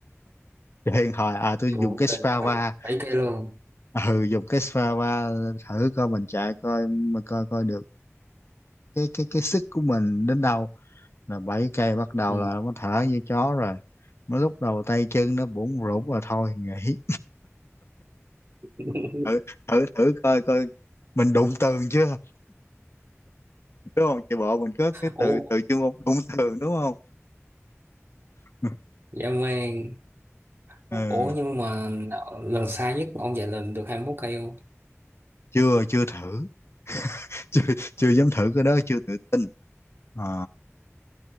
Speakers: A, on the left; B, on the right.
A: Cho nên hồi à tôi
B: Ủa,
A: dùng cái Strava
B: bảy, bảy cây luôn.
A: ừ dùng cái Strava thử coi mình chạy coi mà coi coi được cái cái cái sức của mình đến đâu là 7 cây bắt đầu
B: Ừ.
A: là nó thở như chó rồi mới lúc đầu tay chân nó bủn rủn rồi thôi nghỉ
B: <laughs>
A: thử thử thử coi coi mình đụng tường chưa đúng không chạy bộ mình có cái
B: Ủa,
A: từ từ chuyên môn đụng tường đúng không <laughs>
B: dạ mang. Ủa
A: ừ,
B: nhưng mà lần xa nhất ông giải lần được 21 cây không?
A: chưa chưa thử <laughs> chưa, chưa dám thử cái đó chưa tự tin à,